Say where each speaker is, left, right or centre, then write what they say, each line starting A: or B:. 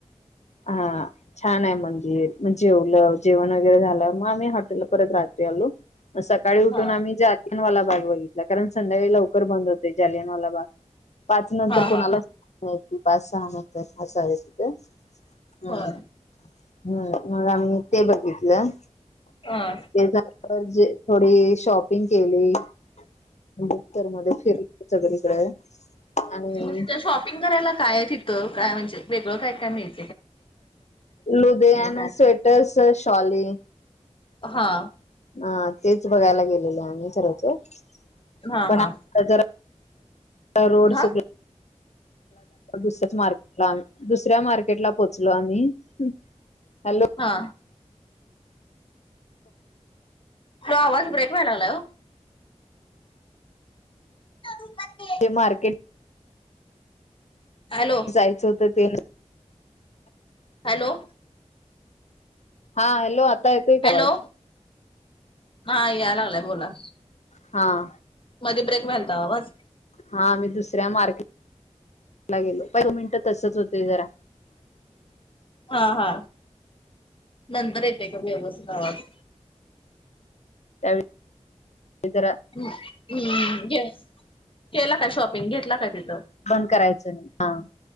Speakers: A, on the left; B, on the left.
A: हा छान आहे मंदिर, मग जेवलं जेवण वगैरे झालं, मग आम्ही हॉटेलला परत रात्री आलो, म सकाळी उठून
B: हा
A: आम्ही जालियनवाला बाग बघितला, कारण संध्याकाळी लवकर बंद होते, जालियनवाला बाग. पाच नंतर
B: हा
A: कोणालाच,
B: हा
A: <unintelligible> पाच, सहा नंतर ह, हम्,
B: होय
A: हम् मग आम्ही ते बघितलं,
B: हा,
A: ते झाल्या वर थोडी शॉपिंग केली, असरसर मध्ये फिरली सगळीकडे, आणि
B: म्हणजे शॉपिंग करायला काय आहे तिथं, काय म्हणजे वेगळं काय काय मिळेल,
A: लुधेयान,
B: काय
A: स्वेटर्स, शॉली
B: हा,
A: हा तेच बघायला गेलेले आम्ही खरं तर. <inaudible>
B: हा हा हा
A: दुसऱ्या मार्केट दुसऱ्या मार्केटला पोचलो आम्ही. हॅलो
B: हा. हॅलो आवाज ब्रेक व्हाय लागलाय ओ. <inaudible>
A: ते मार्केट
B: हॅलो.
A: जायच होत ते
B: हॅलो.
A: हा हॅलो आता येतोय का
B: हॅलो
A: आवाज?
B: हा याय लागलाय बोला.
A: हां
B: मध्ये ब्रेक व्हायलता आवाज.
A: हा आम्ही दुसऱ्या मार्केटला गेलो पहि दोन मिनिटं तसच होतय जरा.
B: हा हा नंतर येते का व्यवस्थित आवाज.
A: त्यावेळी ते जरा
B: हम् घे. केला काय शॉपिंग? घेतला काय तिथं?
A: बंद करायच नाही हा.